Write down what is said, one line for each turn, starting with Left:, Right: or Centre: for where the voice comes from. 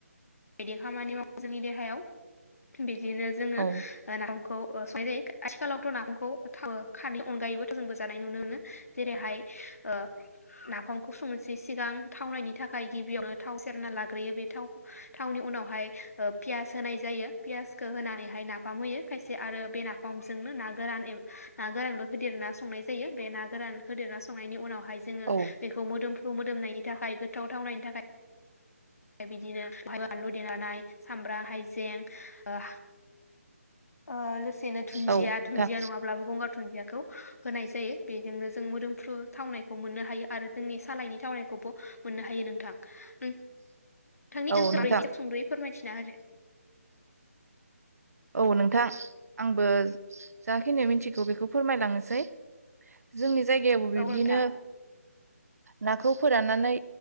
Left: बायदि खामानि मावो जोंनि देहायाव बि बिदिनो जोङो
Right: औ
Left: नाफाम खौ संनाय जायो आथिखालावथ नाफामखौ थाव खारैनि अनगायैबो थाव जोंबो जानाय नुनो मोनो जेरैहाय ओ नाफामखौ संनोसै सिगां थावनायनि थाखाय गिबियावनो थाव सेरना लाग्रोयो बे थाव थावनि उनावहाय पियास होनाय जायो पियासखौ होनानै हाय ना नाफाम होयो खायसे आरो बे नाफामजोंनो ना गोरान ना गोरानबो होदेरना संनाय जायो बे ना गोरान होदेरना संनायनि उनाव हाय जोङो
Right: औ
Left: बेखौ मोदोम मोदोमनायनि थाखाय गोथाव थावनायनि थाखाय बिदिनो बानलु देनाय सामब्राम हाइजें ओ ओ लो सेनो दुन्दिया
Right: औ नोंथां
Left: दुुनन्दिया नङाब्लाबो गंगार दुुनन्दियाखौ होनाय जायो। बेजोंनो जों मोदोमफ्रु थावनायखौ मोननो हायो आरो जोंनि सालायनि थावनायखौबो मोननो हायो नोंथां ओं नोंथांनि
Right: औ
Left: ओनसोलाव
Right: नोंथां
Left: जिक सुंद'यै फोरमायथिना होदो
Right: औ नोंथां आंबो जाखिनि मिथिगौ बेखौ फोरमायलांनोसै जोंनि जायगाबो बिदिनो
Left: औ नोंथां
Right: नाखौ फोराननानै